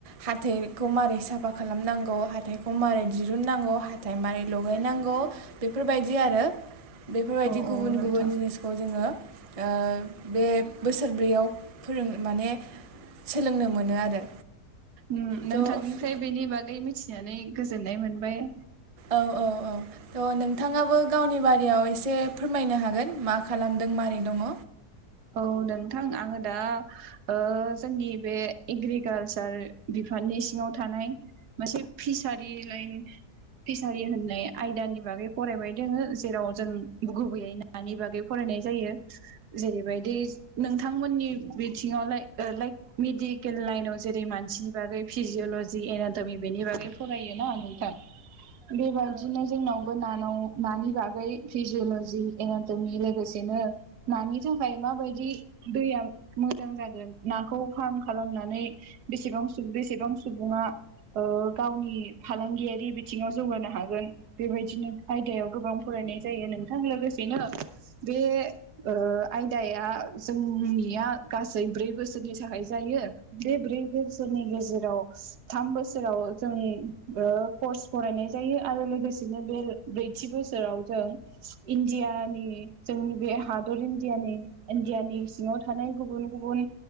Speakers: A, on the right (about 35°); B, on the right (about 80°).
A: हाथे खौ मारै साफा खालामनांगौ हाथायखौ मारै दिरुननांगौ हाथाय मारै लगायनांगौ बेफोरबायदि आरो। बेफोरबायदि
B: औ
A: गुबुन
B: नोंथां
A: गुबुन जिनिसखौ जोङो ओ बे बोसोरब्रैयाव फोरों माने सोलोंनो मोनो आरो।
B: नों
A: थ'
B: नोंथांनिफ्राय बेनि बागै मिथिनानै गोजोननाय मोनबाय।
A: औ औ औ थ' नोंथाङाबो गावनि बारियाव एसे फोरमायनो हागोन मा खालामदों मारै दङ।
B: औ नोंथां आङो दा ओ जोंनि बे एग्रिकालसार दिफार्टमेन्तनि सिङाव थानाय मोनसे फिसारि लाइन फिसारि होननाय आयदानि बागै फरायबाय दोङो जेराव जों गुबैयै नानि बागै फरायबाय। नाय जायो जेरै बायदि नोंथांमोननि बिथिंआव लाइ लाइक मेडिकेल लाइनाव जेरै मानसिनि बा फिजिअल'जि एनाटमि बेनि बागै फरायो ना नोंथां बेबायदिनो जोंनाव बो नानाव नानि बागै फिजल'जि एनाटमि लोगोसेनो नानि जोंनिफ्राय माबायदि दैया मोजां जागोन नाखौ फार्म खालामनानै बेसेबां बेसेबां सुबुङा ओ गावनि फालांगियारि बिथिङाव जौगानो हागोन बेबायदिनो आयदायाव गोबां फराय नायनाय जायो नोंथां लोगोसेनो बे ओ आयदाया जोंनिया गासै ब्रै बोसोरनि थाखाय जायो बे ब्रै बोसोर गेजेराव थाम बोसोराव जों कर्स फरायनाय जायो आरो लोगोसे नो बेर ब्रैथि बोसोराव जों इण्डियानि जोंनि बे हादरिनि इणडिया नि इण्डियानि सिङाव थानाय गुबुन गुबुन